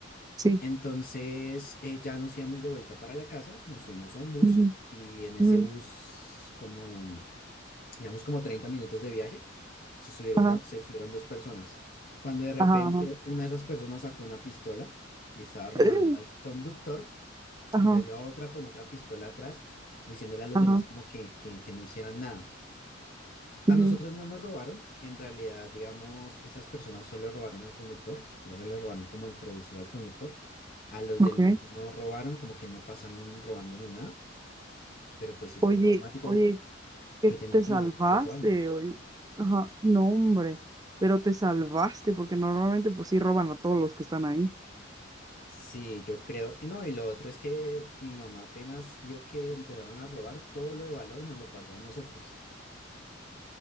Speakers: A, on the right; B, on the left.
A: sí,
B: Entonces eh, ya nos íbamos de vuelta para la casa, nos subimos a un bus,
A: ujú,
B: y en ese
A: ujú,
B: bus, como, digamos, como 30 minutos de viaje, se subieron,
A: ajá,
B: una- se subieron dos personas. Cuando de repente
A: ajá, ajá,
B: una de esas personas sacó una pistola y estaba robando
A: ¡eh!
B: al conductor,
A: ajá,
B: y había otra con otra pistola atrás, diciéndole a los
A: ajá,
B: demás como que, que, que no hicieran nada.
A: ujú,
B: A nosotros no nos robaron, en realidad, digamos, esas personas solo robaron al conductor, solo le robaron como el producido al conductor. A los del
A: okay.
B: bus no robaron, como que no pasaron robando ni nada, pero pues sí
A: Oye,
B: fue traumático.
A: oye, que
B: Yo tenía
A: te
B: como
A: salvaste,
B: ocho años.
A: oye, ajá, no, hombre, pero te salvaste, porque normalmente pues sí roban a todos los que están ahí.
B: Sí, yo creo. Y no, y lo otro es que mi mamá apenas vio que empezaron a robar, todo lo de valor nos lo pasó a nosotros.